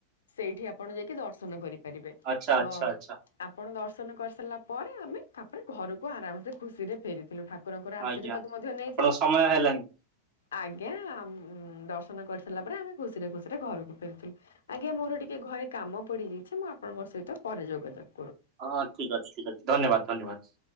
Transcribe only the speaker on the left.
ସେଇଠି ଆପଣ ଯାଇକି ଦର୍ଶନ କରିପାରିବେ,
ତ
ଆପଣ ଦର୍ଶନ କରିସାରିଲା ପରେ ଆମେ ତାପରେ ଘରକୁ ଆରାମସେ ଖୁସି ରେ ଫେରିଥିଲୁ, ଠାକୁରଙ୍କର ଆଶୀର୍ବାଦ
ମଧ୍ୟ ନେଇଥିଲୁ।
ଆଜ୍ଞା, ଦର୍ଶନ କରିସାରିଲା ପରେ ଆମେ ଖୁସିରେ ଖୁସିରେ ଘରକୁ ଫେରିଥିଲୁ। ଆଜ୍ଞା, ମୋର ଟିକେ ଘରେ କାମ ପଡିଯାଇଛି ମୁଁ ଆପଣଙ୍କ ସହିତ ପରେ ଯୋଗ ଦେବି।